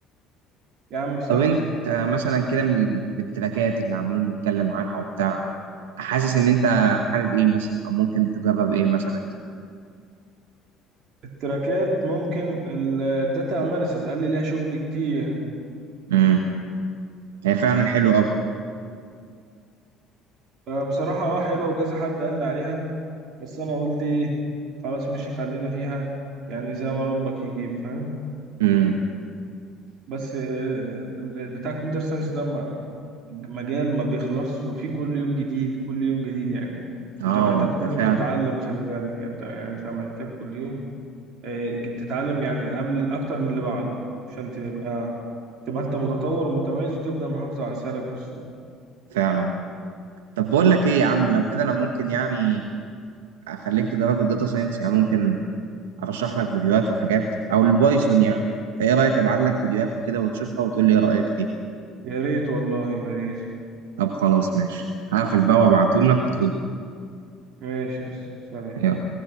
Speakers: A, on the right; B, on the right.
A: يا عم سهل
B: طب انت مثلا كده من ال- من التراكات اللي عاملين نتكلم عنها وبتاع حاسس ان انت حابب ايه مثلا او ممكن تجرب ايه مثلا كده
A: التراكات ممكن الداتا اناليسيس قال لي ليها شغل كتير
B: امم هي فعلا حلو قوي
A: بصراحة اه حلوة وكذا حد قال لي عليها بس انا قلت ايه خلاص مش خلينا فيها يعني زي ما ربك يجيب فاهم
B: امم
A: بس آه، بتاع الكمبيوتر ساينس ده ما- مجال ما بيخلصش وفيه كل يوم جديد كل يوم جديد يعني
B: اه
A: انت محتاج
B: وانت
A: كل
B: فعلا
A: يوم تتعلم خلي بالك انت يعني انت محتاج كل يوم آه، تتعلم يعني قبل اكتر من اللي بعده عشان تبقى تبقى انت متطور ومتميز وتفضل محافظ على سعرك في السوق
B: فعلا طب بقول لك ايه يا عم لو كده انا ممكن يعني اخليك تجرب الداتا ساينس يعني ممكن ارشح لك فيديوهات وحاجات او البايثون يعني فايه رايك ابعت لك فيديوهات وكده وتشوفها وتقول لي ايه رايك فيها
A: يا ريت والله يا ريت
B: طب خلاص ماشي هقفل بقى وابعتهم لك وتقول لي.
A: ماشي يا أسطى. سلام
B: يلا